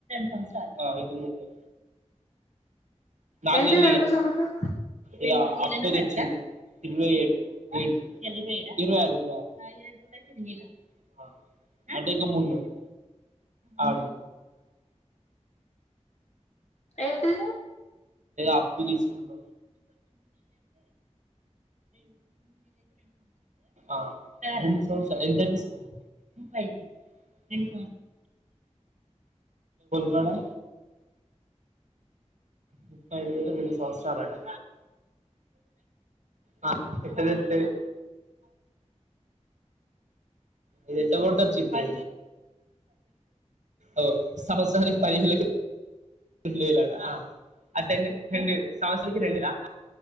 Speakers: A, on the right (about 85°); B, on the left (about 65°).
A: నెలలు నాలుగు
B: ఏంటి
A: నెలలు
B: రెండు
A: ఇగ.
B: సంవత్సరం
A: ఇగ అప్పు తెచ్చింది ఇరవై ఏడు ఏడ్ ఇరవై ఆరు గా ఆ అంటే ఇంక మూడు నెలలు ఆ
B: ఏంటి
A: అప్పు తీసుకున్న ఆ రెండు సవంత్సరాలు ఎంతకు తీసుకున్న ముప్పై రెండు చాలా ముప్పై ఐదు వేలకు గిన్ని సంవత్సరాలటా ఆ ఎట్లా తెలుత్తది అది ఎట్ల కొడతారు చిట్టి ఆ సంవత్సనికి పదిహేలు అయితే రెండు వేలు అట ఆ అట్టండే రెండు సంవత్సరాలకి రెండేల ఆ